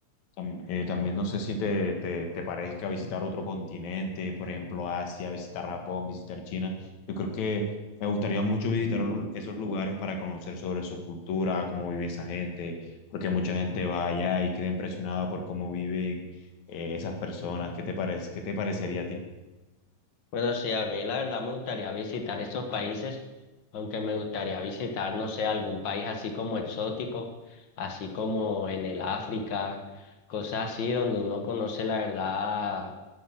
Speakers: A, on the left; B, on the left.
A: tam- eh, también no sé si te, te, te parezca visitar otro continente, por ejemplo Asia, visitar Japón, visitar China. Yo creo que me gustaría mucho visitar olu- esos lugares para conocer sobre su cultura, cómo vive esa gente, porque mucha gente va allá y queda impresionada por cómo viven eh, esas personas. ¿Qué te parece? ¿Qué te parecería a ti?
B: Bueno, sí, a mí la verdad me gustaría visitar esos países, aunque me gustaría visitar, no sé, algún país así como exótico, así como en el África, cosas así donde uno conoce la verdad